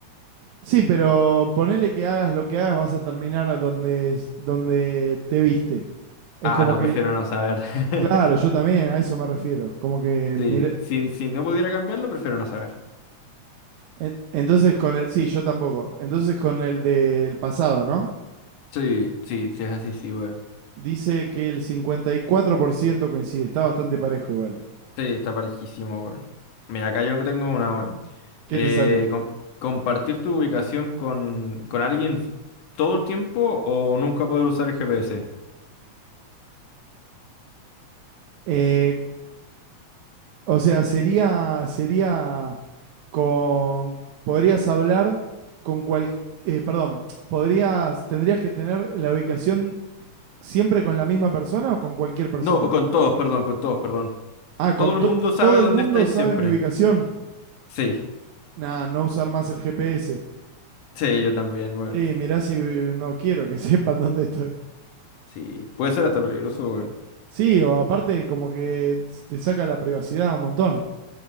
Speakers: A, on the right; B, on the left.
A: sí, pero ponele que hagas lo que hagas, vas a terminar a donde, es- donde te viste. Es
B: Ah,
A: como
B: no,
A: que,
B: prefiero no saber.
A: claro,
B: <laughs>
A: yo también a eso me refiero. Como que,
B: Sí,
A: mira,
B: si, si no pudiera cambiarlo, prefiero no saber.
A: en- entonces con el, sí, yo tampoco. Entonces con el del pasado, ¿no?
B: Sí, sí, sí es así, sí, weón.
A: Dice que el 54% coincide. Está bastante parejo igual.
B: Sí, está parejísimo, weón. Mira, acá yo tengo una, weón.
A: ¿Qué
B: Eh,
A: te sale?
B: com- compartir tu ubicación con, con alguien todo el tiempo o nunca poder usar el GPS.
A: Eh, o sea, sería, sería con... Podrías hablar con cual... eh, perdón, podrías, tendrías que tener la ubicación siempre con la misma persona o con cualquier persona.
B: No, o con todos, perdón, con todos, perdón.
A: Ah, con
B: Todo el
A: to-
B: mundo sabe
A: todo
B: dónde
A: el mundo
B: estáis
A: sabe
B: siempre.
A: mi ubicación.
B: Sí,
A: Nah, no usar más el GPS.
B: sí, yo también, weón.
A: Sí, mirá si eh, no quiero que <laughs> sepan dónde estoy.
B: Sí, puede ser hasta peligroso, weón.
A: Sí, o aparte como que te saca la privacidad un montón.